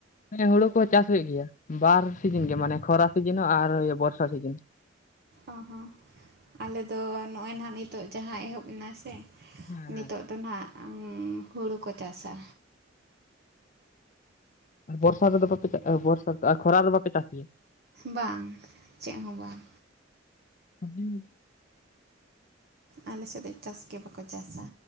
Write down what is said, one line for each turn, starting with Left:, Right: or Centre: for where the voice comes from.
Left: ᱦᱮᱸ ᱦᱩᱲᱩ ᱠᱚᱦᱚᱸ ᱪᱟᱥ ᱦᱩᱭᱩᱜ ᱜᱮᱭᱟ ᱵᱟᱨ ᱥᱤᱡᱤᱱ ᱜᱮ ᱢᱟᱱᱮ ᱠᱷᱚᱨᱟ ᱥᱤᱡᱤᱱ ᱦᱚᱸ ᱟᱨ ᱵᱚᱨᱥᱟ ᱥᱤᱡᱤᱱ
Right: ᱚ ᱦᱚᱸ ᱟᱞᱮᱫᱚ ᱱᱚᱜᱼᱚᱭ ᱱᱟᱦᱟᱜ ᱱᱤᱛᱚᱜ ᱡᱟᱦᱟᱸ ᱮᱦᱚᱵ ᱮᱱᱟ ᱥᱮ
Left: ᱦᱮᱸ
Right: ᱱᱤᱛᱚᱜ
Left: ᱦᱮᱸ
Right: ᱫᱚ ᱱᱟᱸᱜ ᱦᱩᱲᱩ ᱠᱚ ᱪᱟᱥᱟ᱾
Left: ᱟᱨ ᱵᱚᱨᱥᱟ ᱨᱮᱫᱚ ᱵᱟᱯᱮᱪᱟ ᱵᱚᱨᱥᱟ ᱟᱨ ᱠᱷᱚᱨᱟ ᱨᱮᱫᱚ ᱵᱟᱯᱮ ᱪᱟᱥ ᱜᱮᱭᱟ᱾
Right: ᱵᱟᱝ ᱪᱮᱫ ᱦᱚᱸ ᱵᱟᱝ
Left: <unintelligible>
Right: ᱟᱞᱮ ᱥᱮᱫ ᱫᱚ ᱪᱟᱥ ᱜᱮ ᱵᱟᱠᱚ ᱪᱟᱥᱼᱟ